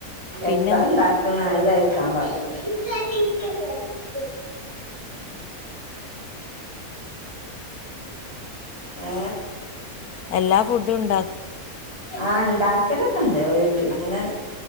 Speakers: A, on the left (about 85°); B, on the right (about 15°).
A: പിന്നെ
B: എത്താണ്ട <unintelligible> ഏ
A: എല്ലാ ഫുഡും ഉണ്ടാക്കും
B: ആ ണ്ടാക്കലൊക്കെ ഉണ്ട് <unintelligible> ഇങ്ങനെ